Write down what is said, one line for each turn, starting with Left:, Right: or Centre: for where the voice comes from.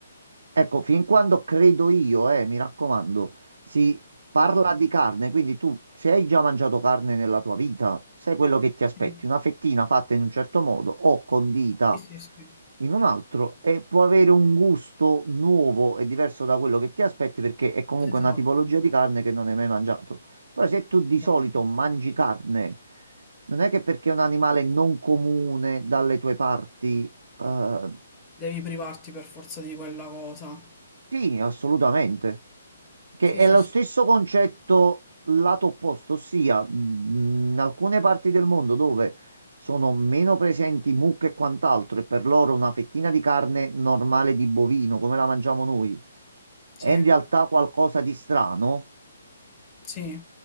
Right: Ecco, fin quando credo io, eh, mi raccomando, si parla di carne, quindi tu se hai già mangiato carne nella tua vita, sai quello che ti aspetti,
Left: sì,
Right: una fettina fatta in un certo modo o condita
Left: sì, sì, sì,
Right: in un altro e può avere un gusto nuovo e diverso da quello che ti aspetti perché è comunque
Left: esatto,
Right: una tipologia di carne che non hai mai mangiato. Però se tu di
Left: esatto.
Right: solito mangi carne, non è che perché è un animale non comune dalle tue parti eh,
Left: Devi privarti per forza di quella cosa.
Right: sì, assolutamente. Che
Left: Sì,
Right: è
Left: sì,
Right: lo
Left: sì,
Right: stesso concetto lato opposto, ossia mh, in alcune parti del mondo dove sono meno presenti mucche e quant'altro, e per loro una fettina di carne normale di bovino, come la mangiamo noi, è
Left: sì,
Right: in realtà qualcosa di strano.
Left: sì.